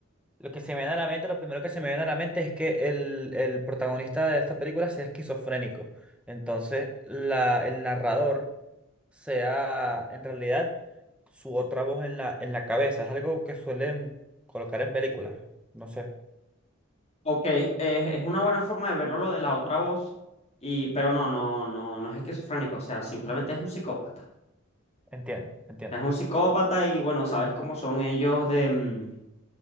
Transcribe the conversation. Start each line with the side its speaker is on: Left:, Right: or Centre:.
Centre: lo que se me viene a la mente, lo primero que se me viene a la mente es que el, el protagonista de esta película sea esquizofrénico. Entonces, la, el narrador sea en realidad su otra voz en la, en la cabeza. Es algo que suelen colocar en películas. No sé.
Left: Ok, eh, es una buena forma de verlo lo de la otra voz, y, pero no, no, no, no es esquizofrénico, o sea, simplemente es un psicópata.
Centre: Entiendo, entiendo.
Left: Es un psicópata y bueno, sabes cómo son ellos de, mm,